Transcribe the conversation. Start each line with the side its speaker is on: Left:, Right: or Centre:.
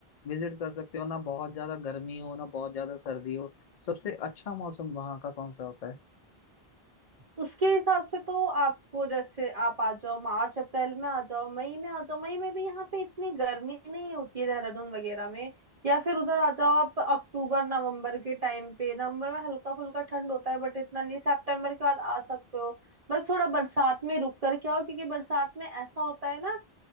Left: विजिट कर सकते हो ना बहुत ज्यादा गर्मी हो ना बहुत ज्यादा सर्दी हो सबसे अच्छा मौसम वहाँ का कौन सा होता है
Right: उसके हिसाब से तो आपको जैसे आप आ जाओ मार्च अप्रैल में आ जाओ मई में आ जाओ मई में भी यहाँ पे इतनी गर्मी नहीं होती है देहरादून वगैरह में या फिर उधर आ जाओ आप अक्टूबर नवंबर के टाइम पे नवंबर में हल्का फुल्का ठंड होता है बट इतना नहीं सितंबर के बाद आ सकते हो बस थोड़ा बरसात में रुक कर के आओ क्योंकि बरसात में ऐसा होता है ना